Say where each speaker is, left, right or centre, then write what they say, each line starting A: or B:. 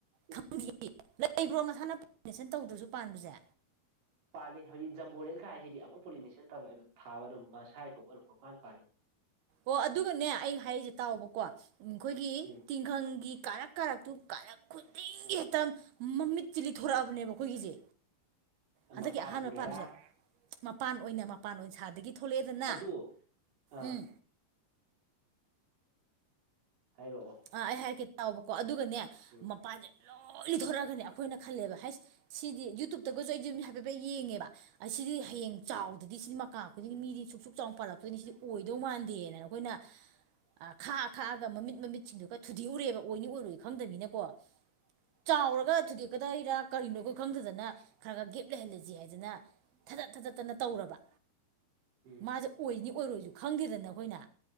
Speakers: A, on the right; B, on the right.
A: ꯏꯁ
B: ꯈꯪꯗꯤꯌꯦ ꯂꯩꯕ꯭ꯔꯣ ꯃꯁꯥꯅ ꯄꯣꯂꯤꯅꯦꯁꯟ ꯇꯧꯗ꯭ꯔꯁꯨ ꯄꯥꯟꯕꯁꯦ
A: ꯄꯥꯜꯂꯤ ꯍꯧꯖꯤꯛ ꯖꯝꯕꯣꯗ ꯊꯥꯏꯁꯤꯗꯤ ꯑꯃꯨꯛ ꯄꯣꯂꯤꯅꯦꯁꯟ ꯇꯧꯔꯦ ꯊꯥꯕ ꯑꯗꯨꯝ ꯃꯁꯥꯏ ꯊꯣꯛꯄ ꯑꯗꯨꯝ ꯄꯪꯄꯥꯟ ꯄꯥꯟꯅꯤ
B: ꯑꯣ ꯑꯗꯨꯒꯅꯦ ꯑꯩ ꯍꯥꯏꯔꯤꯁꯦ ꯇꯥꯎꯑꯣꯕꯀꯣ ꯎꯝ ꯑꯈꯣꯏꯒꯤ
A: ꯎꯝ
B: ꯇꯤꯡ ꯈꯪꯒꯤ ꯀꯥꯔꯛ ꯀꯥꯔꯛꯇꯨ ꯀꯥꯔꯛ ꯈꯨꯗꯤꯡꯒꯤ ꯍꯦꯛꯇ ꯃꯃꯤꯠꯁꯤ ꯂꯤꯊꯣꯔꯛꯔꯛꯑꯕꯅꯦꯕ ꯑꯈꯣꯏꯒꯤꯁꯦ ꯍꯟꯗꯛꯀꯤ
A: ꯃꯄꯥꯟ
B: ꯑꯍꯥꯟꯕ
A: ꯑꯣꯏꯅꯔꯥ
B: ꯄꯥꯟꯕꯁꯦ ꯃꯄꯥꯟ ꯑꯣꯏꯅ ꯃꯄꯥꯟ ꯑꯣꯏꯅ ꯁꯥꯗꯒꯤ ꯊꯣꯛꯂꯛꯑꯦꯗꯅ
A: ꯑꯗꯨ ꯑꯥ
B: ꯎꯝ
A: ꯍꯥꯏꯔꯛꯑꯣ
B: ꯑꯥ ꯑꯩ ꯍꯥꯏꯔꯛꯀꯦ ꯇꯥꯎꯕꯀꯣ ꯑꯗꯨꯒꯅꯦ
A: ꯎꯝ
B: ꯃꯄꯥꯟꯁꯦ ꯂꯣꯏ ꯂꯤꯊꯣꯔꯛꯑꯒꯅꯦ ꯑꯈꯣꯏꯅ ꯈꯜꯂꯦꯕ ꯍꯁ ꯁꯤꯗꯤ ꯌꯨꯇꯨꯨꯞꯇꯒꯁꯨ ꯑꯩꯗꯤ ꯑꯗꯨꯝ ꯍꯥꯏꯐꯦꯠ ꯍꯥꯏꯐꯦꯠ ꯌꯦꯡꯉꯦꯕ ꯑꯁ ꯁꯤꯗꯤ ꯍꯌꯦꯡ
A: ꯎꯝ
B: ꯆꯥꯎꯗ꯭ꯔꯗꯤ ꯁꯤꯗꯤ ꯃꯀꯥ ꯈꯨꯗꯤꯡꯒꯤ ꯃꯤꯗꯤ ꯁꯨꯛ ꯁꯨꯛ ꯆꯥꯎꯅ ꯄꯥꯜꯂꯛꯇꯣꯏꯅꯤ ꯁꯤꯗꯤ ꯑꯣꯏꯗꯧ ꯃꯥꯟꯗꯦꯅ ꯑꯈꯣꯏꯅ ꯈꯥꯛꯑ ꯈꯥꯛꯑꯒ ꯃꯃꯤꯠ ꯃꯃꯤꯠ ꯁꯤꯡꯗꯨꯒꯥ ꯊꯨꯗꯦꯛꯎꯔꯦꯕ ꯑꯣꯏꯅꯤ ꯑꯣꯏꯔꯣꯏ ꯈꯪꯗꯅꯤꯅꯀꯣ ꯆꯥꯎꯔꯒꯥ ꯊꯨꯗꯦꯛ ꯀꯗꯥꯏꯔꯥ ꯀꯔꯤꯅꯣ ꯑꯈꯣꯏ ꯈꯪꯗꯗꯅ ꯈꯔ ꯈꯔ ꯒꯦꯞ ꯂꯩꯍꯜꯂꯁꯤ ꯍꯥꯏꯗꯅ ꯊꯗꯠ ꯊꯗꯠꯇꯅ ꯇꯧꯔꯕ
A: ꯎꯝ
B: ꯃꯥꯁꯦ ꯑꯣꯏꯅꯤ ꯑꯣꯏꯔꯣꯏꯁꯨ ꯈꯪꯗꯦꯗꯅ ꯑꯈꯣꯏꯅ